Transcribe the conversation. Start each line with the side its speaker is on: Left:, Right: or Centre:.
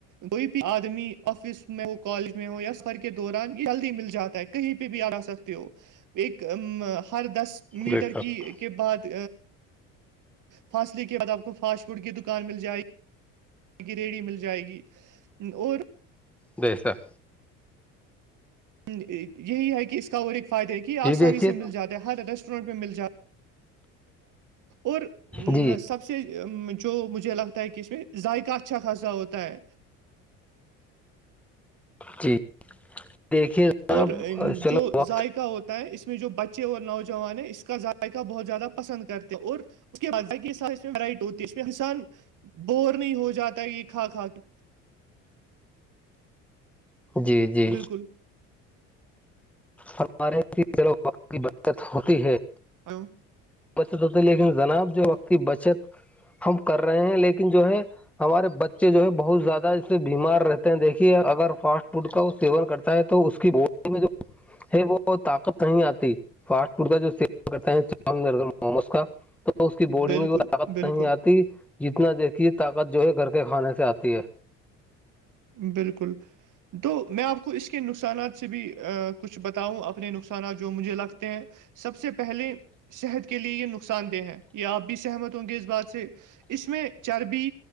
Right: کوئی بھی آدمی آفس میں ہو کالج میں ہو یا سفر کے دوران یہ جلدی مل جاتا ہے کہیں پہ بھی آگا سکتے ہو ایک ہر دس میٹر
Centre: بے شک
Right: کی کے بعد فاصلی کے بد آپ کو فاسٹ فوڈ کی دکان مل جائےی گ ریڑی مل جائے گی اور
Centre: جی سر
Right: یہی ہے کہ اس کا اور ایک فائدہ ہے کہ یہ آسانی
Centre: جی دیکھیے
Right: سے مل جاتا ہے ہر ادسٹ پہ مل جائے اور
Centre: جی
Right: سب جو مجھے لگتا ہے کہ اس میں ذائقہ اچھا خاصا ہوتا ہے
Centre: جی دیکھیے جناب
Right: اور
Centre: چلو
Right: جو
Centre: وقت
Right: ذائقہ ہوتا ہے اس میں جو بچے اور نوجوان ہیں اس کا ذائقہ بہت زیادہ پسند کرتے اور اس کے بعقی رائٹ ہوتی ہے اس میں انسان بور نہیں ہو جاتا یہ کھا کھا کے
Centre: جی جی
Right: بالکل
Centre: ہمارے کی بچت ہوتی ہے
Right: ہاں
Centre: بچت ہوتی لیکن جناب جو وقت کی بچت ہم کر رہے ہیں لیکن جو ہے ہمارے بچے جو ہے بہت زیادہ اس سے بیمار رہتے ہیں دیکھیے اگر فاسٹ فوڈ کا وہ سیون کرتے ہے تو اس کی بہ ہے وہ طاقت نہیں آتی فاسٹ فوڈ کا جوع کرتے ہیں چ موموس کا تو تو اس کی باڈی
Right: بالکل
Centre: میں بھی وہ طاقت
Right: بالکل
Centre: نہیں آتی جتنا دیکھیے طاقت جو ہے گھر کے کھانے سے آتی ہے
Right: بالکل تو میں آپ کو اس کے نقصانات سے بھی کچھ بتاؤں اپنے نقصانات جو مجھے لگتے ہیں سب سے پہلے صحت کے لیے یہ نقصان دہ ہے یہ آپ بھی سہمت ہوں گے اس بات سے اس میں چربی